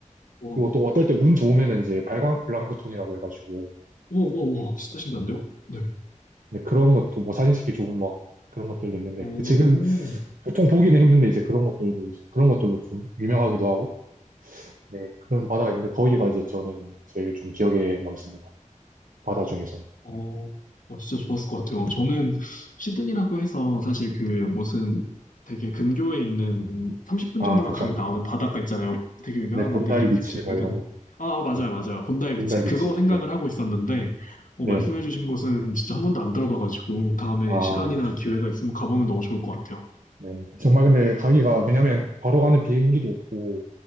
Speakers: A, on the left (about 75°); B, on the right (about 85°).
A: 우와,
B: 그리고 또 어떨 때 운 좋으면은 이제 발광 블랑크톤이라고 해가지고
A: 우와, 우와, 우와. 진짜 신기한데요? 네.
B: 근데 그런 것도 뭐 사진 찍기 좋은 막 그런 것들도 있는데
A: 오.
B: 그 지금 보통 보기는 힘든데 이제 그런 것들도 이제 그런 것들로 좀 유명하기도 하고 네 그런 바다가 있는데 거기가 이제 저는 제일 좀 기억에 남습니다 바다 중에선
A: 어, 어, 진짜 좋았을 것 같아요. 저는 시드니라고 해서 사실 그 무슨 되게 근교에 있는 30분
B: 아
A: 정도만
B: 그쵸
A: 가면 나오는 바닷가 있잖아요. 되게 유명한
B: 네 본다이
A: 건데 이름이
B: 비치
A: 갑자기
B: 뭐
A: 기억이
B: 이런
A: 안 나.
B: 거
A: 아, 아, 맞아요,
B: 네
A: 맞아요. 본다이
B: 본다이
A: 비치. 그거
B: 비치
A: 생각을
B: 네
A: 하고 있었는데, 어,
B: 네네
A: 말씀해주신 곳은 진짜 한 번도 안 들어가가지고 다음에
B: 아네
A: 시간이나
B: 그쵸
A: 기회가 있으면 가보면 너무 좋을 것 같아요.
B: 네 정말 근데 가기가 왜냐면 바로 가는 비행기도 없고